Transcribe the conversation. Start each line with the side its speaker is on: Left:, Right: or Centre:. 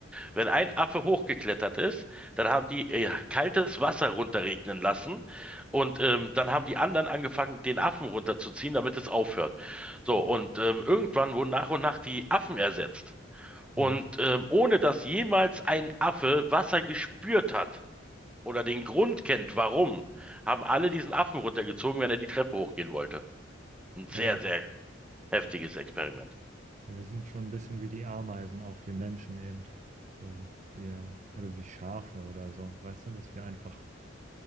Centre: Wenn ein Affe hochgeklettert ist, dann haben die äh, kaltes Wasser runterregnen lassen und ähm, dann haben die anderen angefangen, den Affen runterzuziehen, damit es aufhört. So, und ähm, irgendwann wurden nach und nach die Affen ersetzt. Und
Right: Mhm.
Centre: ähm, ohne dass jemals ein Affe Wasser gespürt hat oder den Grund kennt, warum, haben alle diesen Affen runtergezogen, wenn er die Treppe hochgehen wollte. Ein sehr,
Right: Ja, ja,
Centre: sehr heftiges Experiment.
Right: ja, wir sind schon ein bisschen wie die Ameisen, auch wir Menschen eben. So, wir, oder wie Schafe oder so. Weißt du, dass wir einfach